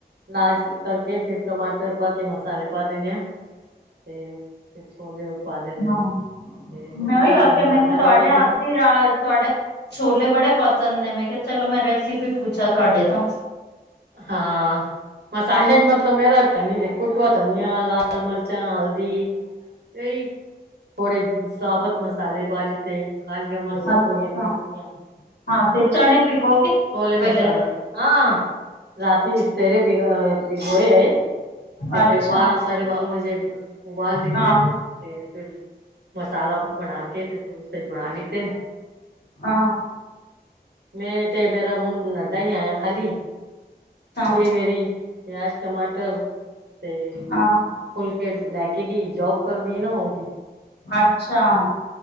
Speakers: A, on the right (about 80°); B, on the left (about 85°).
A: ਲਾਲ ਜੇ ਕਰਕੇ ਫਿਰ ਟਮਾਟਰ ਪਾ ਕੇ ਮਸਾਲੇ ਪਾ ਦੇਣੇ ਆ ਤੇ ਉੱਤੇ ਛੋਲੇ ਹੋਰ ਪਾ ਦੇਣੇ ਆ
B: ਹਾਂ
A: ਤੇ ਮੁੰਡਾ
B: ਮੈਂ ਉਹੀ ਆਖਿਆ
A: ਲਾਡਾ
B: ਮੈਨੂੰ
A: ਮੇਰਾ
B: ਤੁਹਾਡੇ <unintelligible>
A: ਗਿਆ
B: ਤੁਹਾਡੇ ਛੋਲੇ ਬੜੇ। ਪਸੰਦ ਨੇ ਮੈਂ ਕਿਹਾ ਚਲੋ ਮੈਂ ਰੈਸਪੀ ਪੁੱਛਾਂ ਤੁਹਾਡੇ ਤੋਂ।
A: ਹਾਂ। ਮਸਾਲੇ ਚ ਮਤਲਬ ਮੇਰਾ ਧਨੀਆ ਕੁੱਟਵਾ ਧਨੀਆ ਲਾਲ ਮਿਰਚਾਂ ਹਲਦੀ। ਏਹੀ ਥੋੜੇ ਸਾਬਤ ਮਸਾਲੇ ਪਾ ਲਿੱਤੇ। ਕਾਲੀਆਂ ਮਿਰਚਾਂ
B: ਅੱਛਾ
A: ਥੋੜੀਆਂ ਪੀਸਤੀਆਂ।
B: ਹਾਂ ਤੇ ਚਣੇ ਭਿਗੋ ਕੇ
A: ਛੋਲੇ
B: ਪਹਿਲੇ
A: ਮਸਾਲਾ ਹਾਂ ਰਾਤੀ ਸਵੇਰੇ। ਬ ਗੋਏ ਤੇ ਫ਼ੇਰ
B: ਅੱਛਾ
A: ਬਾਰਾਂ ਸਾਢੇ ਬਾਰਾਂ ਵਜੇ ਉਹ ਬਾਹਰ ਲਿਖਦੇ
B: ਹਾਂ
A: <unintelligible> ਮਸਾਲਾ ਬਣਾ ਕੇ ਤੇ ਫਿਰ ਉਸੇ ਚ ਬਣਾ ਲਿੱਤੇ <unintelligible>
B: ਹਾਂ
A: ਮੈਂ ਤੇ ਮੇਰਾ ਮੁੰਡਾ <unintelligible> ਆਇਆ ਖਾਲੀ
B: ਅੱਛਾ
A: ਕੁੜੀ ਮੇਰੀ ਪਿਆਜ ਟਮਾਟਰ ਤੇ
B: ਹਾਂ
A: ਫੁਲਕੇ ਲੈ ਕੇ ਗਈ ਜੋਬ ਕਰਦੀ ਏ ਨਾ ਉਹ।
B: ਅੱਛਾ